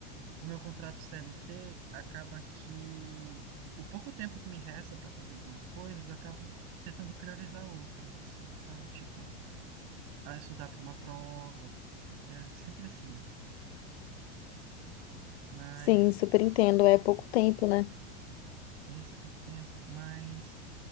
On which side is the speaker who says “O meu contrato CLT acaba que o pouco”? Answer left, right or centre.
Right